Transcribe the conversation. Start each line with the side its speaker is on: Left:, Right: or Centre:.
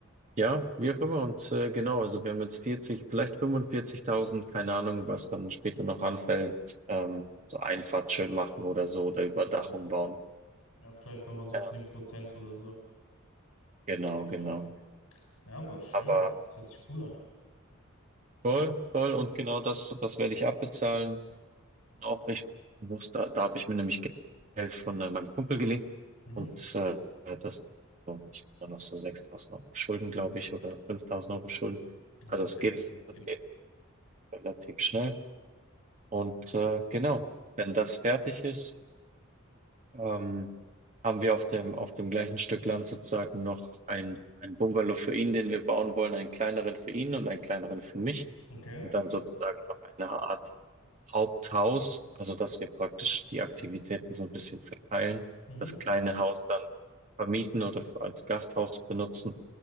Right: Ja, wie auch immer. Und äh, genau, also wir haben jetzt 40, vielleicht 45.000, keine Ahnung, was dann später noch anfällt. Ähm, so Einfahrt schön machen oder so oder Überdachung
Left: Äh,
Right: bauen.
Left: ja, vielleicht nochmal so
Right: Ähm,
Left: zehn Prozent oder so.
Right: genau,
Left: Oder vielleicht.
Right: genau.
Left: Ja, aber schön,
Right: Aber
Left: das hört sich cool an.
Right: voll, voll und genau das, das werde ich abbezahlen. Auch recht bewusst, da, da habe ich mir nämlich Geld von äh, meinem Kumpel geliehen
Left: Mhm.
Right: und äh, das, ich habe da noch so 6.000 Euro Schulden, glaube ich, oder 5.000 Euro Schulden.
Left: Ja,
Right: Also
Left: Das
Right: es
Left: ist ja
Right: geht,
Left: nicht mehr viel.
Right: das geht relativ schnell. Und äh, genau, wenn das fertig ist, ähm, haben wir auf dem, auf dem gleichen Stück Land sozusagen noch ein, ein Bungalow für ihn, den wir bauen wollen, einen kleineren für ihn und einen kleineren für mich
Left: Okay.
Right: und dann sozusagen noch eine Art Haupthaus, also dass wir praktisch die Aktivitäten so ein bisschen verteilen,
Left: Mhm.
Right: das kleine Haus dann vermieten oder f- als Gasthaus benutzen.